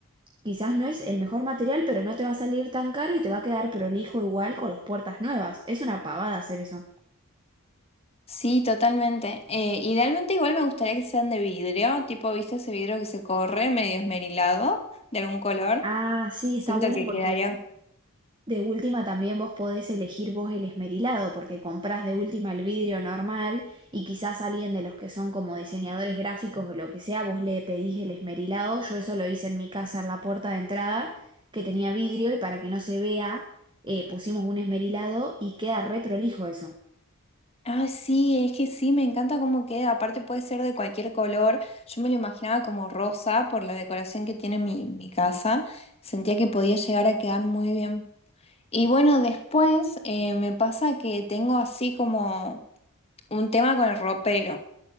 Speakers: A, on the right; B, on the left.
A: quizás no es el mejor material, pero no te va a salir tan caro y te va a quedar prolijo igual con las puertas nuevas. Es una pavada hacer eso.
B: Sí, totalmente. Eh, idealmente igual me gustaría que sean de vidrio, tipo, ¿viste ese vidrio que se corre medio esmerilado de algún color?
A: Ah, sí,
B: Siento
A: está bueno
B: que
A: porque
B: quedaría
A: De última también vos podés elegir vos el esmerilado, porque comprás de última el vidrio normal y quizás alguien de los que son como diseñadores gráficos o lo que sea, vos le pedís el esmerilado. Yo eso lo hice en mi casa en la puerta de entrada, que tenía vidrio y para que no se vea, eh, pusimos un esmerilado y queda re prolijo eso.
B: Ah, sí, es que sí, me encanta cómo queda. Aparte puede ser de cualquier color. Yo me lo imaginaba como rosa por la decoración que tiene mi, mi casa. Sentía que podía llegar a quedar muy bien. Y bueno, después eh, me pasa que tengo así como un tema con el ropero.